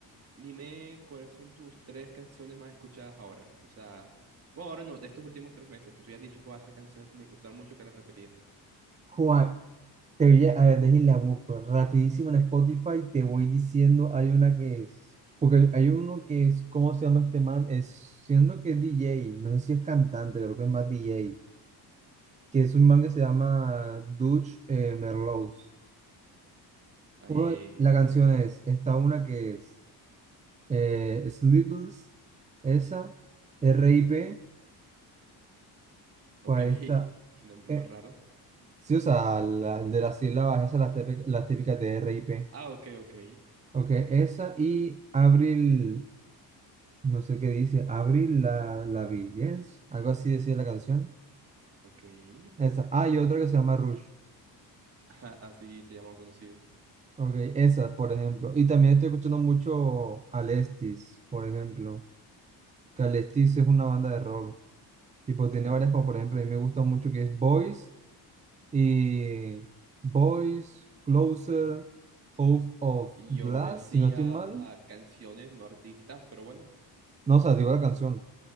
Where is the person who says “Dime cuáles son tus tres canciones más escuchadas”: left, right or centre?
Right